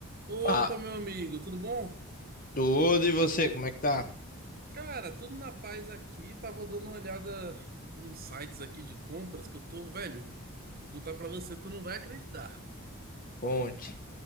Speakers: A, on the right (about 45°); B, on the left (about 40°).
A: Opa,
B: Tá,
A: meu amigo, tudo bom?
B: tudo e você, como é que tá?
A: Cara, tudo na paz aqui. Tava dando uma olhada nos sites aqui de compras que eu tô, velho. Vou contar pra você, tu não vai acreditar.
B: Conte.